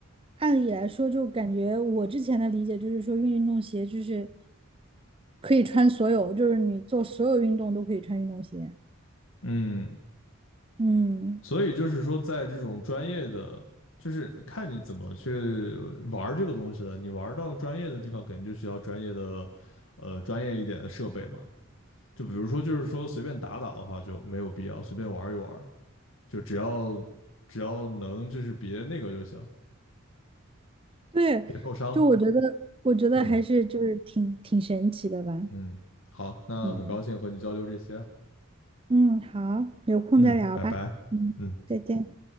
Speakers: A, on the right; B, on the left.
A: 按理来说，就感觉我之前的理解就是说，运动鞋就是可以穿所有，就是你做所有运动都可以穿运动鞋。
B: 嗯，
A: 嗯，
B: 所以就是说，在这种专业的，就是看你怎么去玩儿这个东西了。你玩儿到专业的地方，肯定就需要专业的，呃，专业一点的设备嘛。就比如说，就是说随便打打的话就没有必要，随便玩一玩，就只要只要能就是别那个就行，
A: 对，
B: 别受伤。
A: 就我觉得，我觉得还是就是挺挺神奇的吧。
B: 嗯。嗯，好，那很高兴和你交流这些啊。
A: 嗯嗯，好，有空再聊吧。
B: 嗯，拜拜。
A: 嗯，
B: 嗯。
A: 再见。